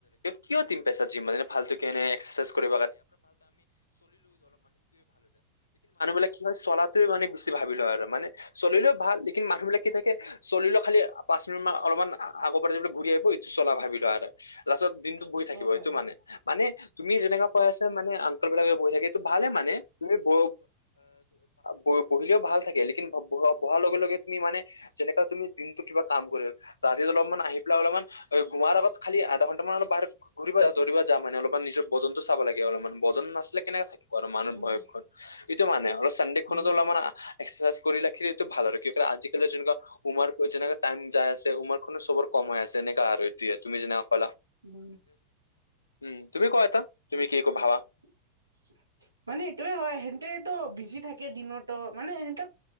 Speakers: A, on the left; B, on the right.
A: কিয় দিম মই পেচা? ভাল টো কৰি কেনে এক সাৰচাইজ কৰি দিব চলাতোৱে মানে বেছি ভাবি লয় আৰু মানে চলিলেও ভাল লেকিন মানুহ বিলাক কি থাকে চলিলো খালি পাছ অলপমান আগৰ পৰা যলৈ ঘূৰি আহিব এইটো চলা ভাবিল আৰু লাষ্টত দিনতো বহি থাকিব
B: উম হয়
A: সেইটো মানে।
B: হয়
A: মানে তুমি যেনেকা কৈ আছা মানে অংকল বিলাক বহি থাকে এইটো ভালে মানে তুমি ব ব বহিলেও ভাল থাকে লেকিন ব বহাৰ লগে লগে তুমি মানে যেনেকা তুমি দিনতটো কিবা কাম কৰি ৰাতি অলপমান আহি পেলাই অলপমান গমাৰ আগত খালি আধা ঘন্টা মান বাহিৰত অলপ ঘূৰিব যায়। দৰিব যাম মানে অলপমান নিজৰ বজনোটো চাব লাগে অলপমান বজন নাছলে কেনেকে থাকিম। মানুহ
B: উম
A: বয়স খন এইটো মানে অলপ চানডে খনটো
B: উম
A: অলপ মান একচাচাইজ কৰি ৰাখিলেটো ভাল আৰু। কি কয়, আজিকালি যোনবিলাক উমাৰ কৈ যেনেকে যায় আছে। উমাৰখনো চবৰ কম হৈ আছে। এনেকা আৰু তুমি যেনে ব'লা।
B: উম
A: উম, তুমি কোৱা এটা, তুমি কি ভাবা?
B: <inaudible> মানে, এইটোৱে হয়। সিহঁতে এইটো বিজি থাকে দিনতো। মানে, সিহঁতক